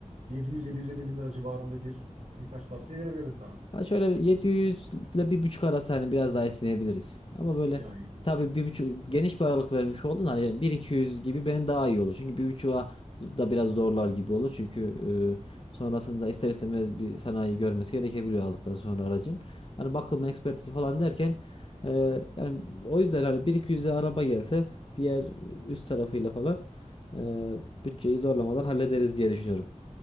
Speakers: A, on the right; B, on the left.
A: 700-750 bin lira civarında bir birkaç tavsiye verebilirim sana.
B: Ha şöyle 700 ile bir buçuk arası hani biraz daha esneyebiliriz. Ama böyle
A: Ya 700
B: tabii bir buçuk geniş bir aralık vermiş oldun hani yani bir iki yüz gibi benim daha iyi olur. Çünkü 1.5'a da biraz zorlar gibi olur. Çünkü e, sonrasında ister istemez bir sanayi görmesi gerekebiliyor aldıktan sonra aracın. Hani bakım ekspertizi falan derken e, yani o yüzden hani 1.200'e araba gelse diğer üst tarafıyla falan e, bütçeyi zorlamadan hallederiz diye düşünüyorum.